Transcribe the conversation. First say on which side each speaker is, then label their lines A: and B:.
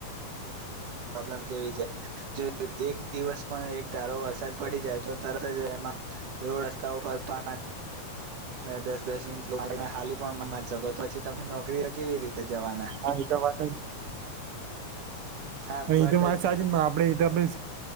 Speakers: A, on the right; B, on the right.
A: પ્રોબ્લમ કેવી જો એક દિવસ પણ એક ધારો વરસાદ પડી જાય તો તરત જ એમાં રોડ રસ્તા ઉપર પા દસ દસ ઇંચ લોકો હાલી પણ મારી શકો પછી તમે નોકરીઓ કેવી રીતે જવાના
B: હા એ તો વાત જ
A: હા
B: અને
A: બટ
B: એ તો મારે સાચ આપડે એ તો આપડે